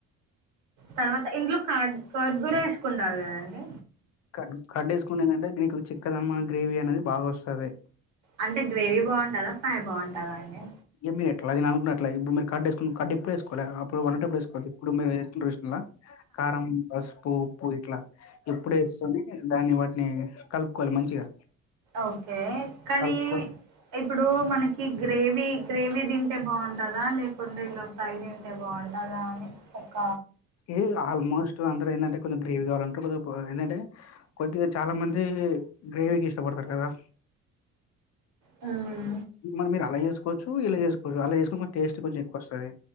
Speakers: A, on the right; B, on the left.
A: తర్వాత ఇందులో క కర్డ్ కూడా వేసుకుంటారు. కదాండి
B: కడ్ కర్డ్ వేసుకుంటే ఏందంటే దీకు చికెన్ గ్రేవీ అనేది బాగా వస్తది.
A: అంటే గ్రేవీ బాగుంటదా ఫ్రై బాగుంటదా అండి.
B: ఏ మీరు ఎట్లా దినాలి. అనుకుంటే అట్లా ఇప్పుడు మీరు కర్డ్ కర్డ్ ఎప్పుడు వేసుకోలేరా ఎప్పుడు కావాలంటే అప్పుడు వేసుకోవద్దు. ఇప్పుడు మీరు వేసుకున్నారు చూసిర్రా కారం, పసుపు, ఉప్పు ఇట్లా ఇప్పుడే కొని దాన్ని వాటిని కలుపుకోవాలి మంచిగా
A: ఓకే కానీ
B: కలుపుకో
A: ఇప్పుడు మనకి గ్రేవీ గ్రేవీ తింటే బాగుంటదా లేకుంటే ఇలా ఫ్రై తింటే బాగుంటదా అని ఒక
B: ఏ ఆల్మోస్ట్ అందరు ఏందంటే కొంచెం గ్రేవి కావాలంటరు. కొ ఏందంటే కొద్దిగా చాలా మంది గ్రేవీకి ఇష్టపడతారు కదా
A: ఉ
B: మనం మీరు అలా చేసుకోవచ్చు. ఇలా చేసుకోవచ్చు. అలా చేసుకుంటే టేస్ట్ కొంచెం ఎక్కువ వస్తది.